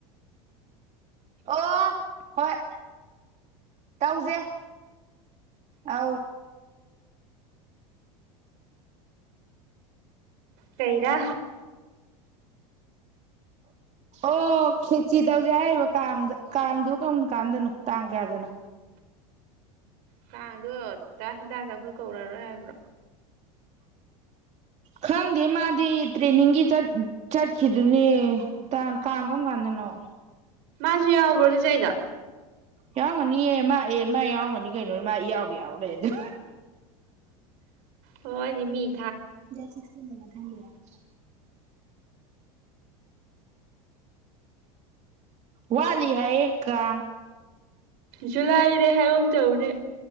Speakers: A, on the right; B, on the right.
A: ꯑꯣ ꯍꯣꯏ ꯇꯎꯖꯦ ꯑꯥꯎ
B: ꯐꯩꯔꯥ
A: ꯑꯣ ꯈꯦꯆꯤ ꯇꯧꯁꯦ ꯍꯥꯏꯔꯤꯕ ꯀꯥꯡꯗ ꯀꯥꯡꯗꯨ ꯀꯔꯝ ꯀꯥꯟꯗꯅꯣ ꯇꯥꯡ ꯀꯌꯥꯗꯅꯣ
B: ꯀꯥꯡꯗꯣ ꯇ ꯍꯇꯥꯗ ꯑꯩꯈꯣꯏ ꯀꯧꯔꯔꯣꯏ ꯍꯥꯏꯕ꯭ꯔꯣ
A: ꯈꯪꯗꯦ ꯃꯥꯗꯤ ꯇ꯭ꯔꯦꯅꯤꯡꯒꯤ ꯆꯠꯈꯤꯗꯨꯅꯦ ꯀꯥꯡ ꯀꯔꯝ ꯀꯥꯟꯗꯅꯣ
B: ꯃꯥꯁꯨ ꯌꯥꯎꯕ꯭ꯔꯣ ꯑꯗꯨꯁ ꯑꯩꯗ
A: ꯌꯥꯎꯔꯝꯒꯅꯤꯑ ꯃꯥ ꯑꯦ ꯃꯥ ꯌꯥꯎꯔꯝꯒꯅꯤ ꯀꯩꯅꯣꯅꯤ ꯃꯥ ꯌꯥꯎꯗ ꯌꯥꯎ ꯂꯩ ꯑꯗꯨ
B: ꯍꯗꯤꯃꯤ
A: ꯆꯁ ꯅꯃꯁ ꯊꯒꯤ ꯋꯥꯂꯤ ꯍꯥꯏꯌꯦ ꯀ
B: ꯖꯨꯂꯥꯏꯗ ꯍꯥꯏꯒꯨꯝ ꯇꯧꯕꯅꯦ